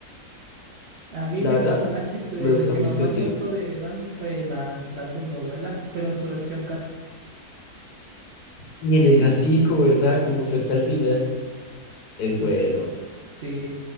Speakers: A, on the right; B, on the left.
A: A mí
B: La
A: mi
B: verdad,
A: personaje, es- eh,
B: me gusta
A: el que
B: mucho
A: me-
B: su
A: más
B: estilo.
A: me gustó de Dan fue la, la Turbo Abuela, pero en su versión gato.
B: Y en el gatico, ¿verdad? Como cerca al final. Es
A: <laughs>
B: bueno.
A: Sí,